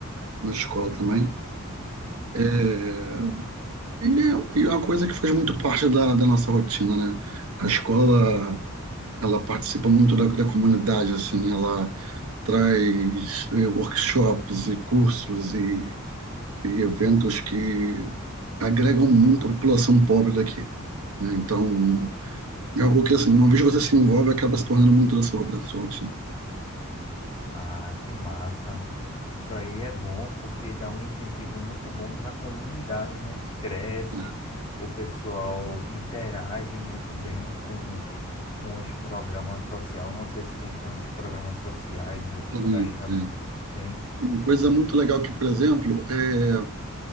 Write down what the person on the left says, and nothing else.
Ah, que massa. Isso aí é bom porque dá um incentivo muito bom para a comunidade, né? Cresce,
o pessoal interage muito bem com, com os programas sociais. Não sei se tem tantos programas sociais eh,
por aí também.
Tem?